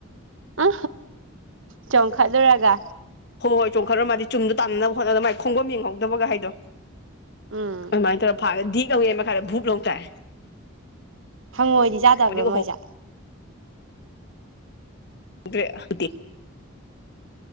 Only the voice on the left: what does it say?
ꯍꯣꯏ ꯍꯣꯏ ꯆꯣꯡꯈꯠꯔ ꯃꯥꯗꯤꯨꯝꯗ ꯇꯥꯟꯅꯅꯕ ꯍꯣꯠꯅꯕ ꯃꯥꯏ ꯈꯣꯡꯕꯝ ꯌꯦꯡꯍꯧꯗꯕꯒ ꯍꯥꯏꯗꯣ
ꯑꯗꯨꯃꯥꯏꯅ ꯇꯧꯔꯒ ꯐꯥꯔ ꯙꯤ ꯀꯧꯉ ꯃꯈꯥꯗ ꯚꯨꯛ ꯂ ꯂꯧ ꯇꯥꯏ
ꯑꯗꯩ
<unintelligible>